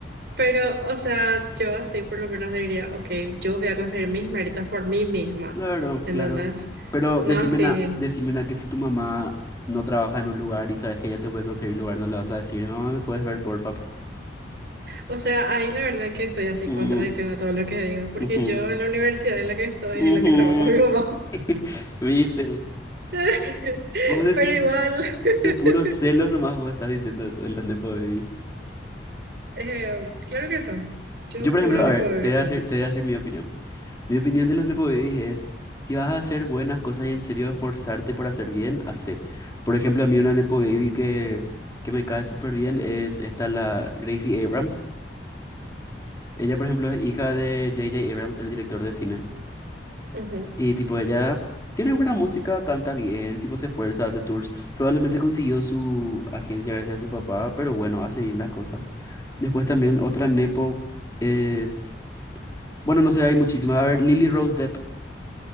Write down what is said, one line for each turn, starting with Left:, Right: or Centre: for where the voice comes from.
Right: pero, o sea, yo así por lo menos diría, ok, yo voy a conseguir mis méritos por mí misma,
Left: Claro,
Right: ¿entendés?
Left: claro. Pero
Right: No
Left: decime
Right: así.
Left: na- decime na que si tu mamá no trabaja en un lugar y sabes que ella te puede conseguir lugar, no le vas a decir, mamá, ¿me puedes ver, porfa?
Right: O sea, ahí la verdad que estoy así
Left: Mm,
Right: contradiciendo todo lo que digo, porque
Left: ujú,
Right: yo en la universidad en la que estoy
Left: ujú".
Right: es en la que trabaja mi mamá.
Left: <laughs> ¿Viste?
Right: <laughs>
Left: Vos decís
Right: Pero igual, <laughs>
Left: de puros celos nomás vos estás diciendo eso de los Nepo Babies.
Right: eh, claro que no. Yo
Left: Yo, por
Right: soy
Left: ejemplo,
Right: una
Left: a
Right: nepo
Left: ver,
Right: baby
Left: te voy
Right: también.
Left: a decir, te voy a decir mi opinión. Mi opinión de los Nepo Babies es, si vas a hacer buenas cosas y en serio esforzarte por hacer bien, hacé. Por ejemplo, a mí una Nepo Baby que, que me cae súper bien es esta, la Gracie Abrams. Ella, por ejemplo, es hija de J J Abrams, el director de cine.
Right: Ujú, ujú.
Left: Y tipo, ella tiene buena música, canta bien, tipo, se esfuerza, hace tours. Probablemente consiguió su agencia gracias a su papá, pero bueno, hace bien las cosas. Después también otra Nepo es... Bueno, no sé, hay muchísimas. A ver, Lily Rose Depp,